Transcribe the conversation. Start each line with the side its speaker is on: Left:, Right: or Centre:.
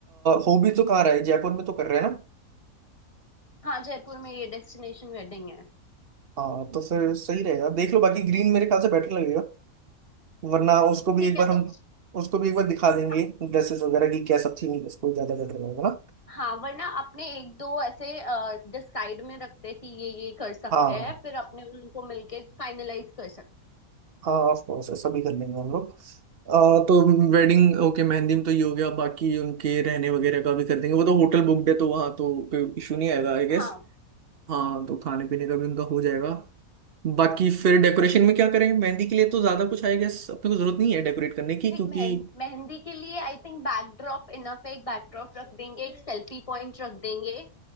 Right: हो भी तो कहाँ रहा है जयपुर में तो कर रहे हैं ना
Left: हाँ जयपुर में ये डेस्टिनेशन वेडिंग है
Right: हाँ तो फिर सही रहेगा देख लो बाकी ग्रीन मेरे ख्याल से बेटर लगेगा वरना उसको भी
Left: ठीक
Right: एक बार
Left: है
Right: हम
Left: तो
Right: उसको भी एक बार दिखा देंगे
Left: हाँ
Right: ड्रेसेस वगैरह की क्या सब थी उसको ज्यादा बेटर रहेगा ना
Left: हाँ, वरना अपने एक दो ऐसे डिसाइड में रखते हैं कि ये ये कर सकते
Right: हाँ
Left: हैं फिर अपने उनको मिलके फाइनलाइज कर सकते
Right: हाँ ऑफ कोर्स ऐसा भी कर लेंगे हम लोग आ, तो वेडिंग ओके मेहंदी में तो ये हो गया बाकी उनके रहने वगैरह का भी कर देंगे वो तो होटल बुकड है तो वहाँ तो कोई इशू नहीं आएगा आई गेस
Left: हैं हाँ
Right: हाँ तो खाने पीने का भी उनका हो जाएगा बाकी फिर डेकोरेशन में क्या करें मेहंदी के लिए तो ज्यादा कुछ आई गेस अपने को जरूरत नहीं है डेकोरेट करने की
Left: देख
Right: क्योंकि
Left: मेहं- मेहंदी के लिए आई थिंक बैकड्रॉप इनफ है एक बैकड्रॉप रख देंगे एक सेल्फी पॉइंट रख देंगे